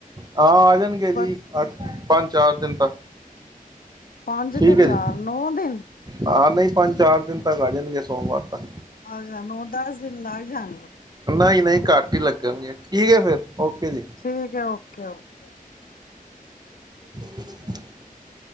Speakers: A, on the right (about 25°); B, on the left (about 75°).
A: ਹਾਂ ਆ ਜਾਣਗੇ ਜੀ
B: ਬਸ
A: ਅੱਠ ਪੰਜ-ਚਾਰ ਦਿਨ ਤੱਕ।
B: ਪੰਜ
A: ਠੀਕ
B: ਤੇ ਚਾਰ
A: ਹੈ ਜੀ,
B: ਨੌ ਦਿਨ
A: ਆਂ ਨਹੀਂ ਪੰਜ ਚਾਰ ਦਿਨ ਤੱਕ ਆ ਜਾਨ ਨਹੀਂ ਤੇ ਸੋਮਵਾਰ ਤੱਕ।
B: ਅੱਛਾ ਨੋ ਦਸ ਦਿਨ ਲੱਗ ਜਾਣਗੇ।
A: ਨਹੀਂ-ਨਹੀਂ ਘੱਟ ਹੀ ਲੱਗਨਗੇ। ਠੀਕ ਹੈ ਫਿਰ ਓਕੇ ਜੀ
B: ਠੀਕ ਹੈ ਓਕੇ-ਓਕੇ।
A: <unintelligible>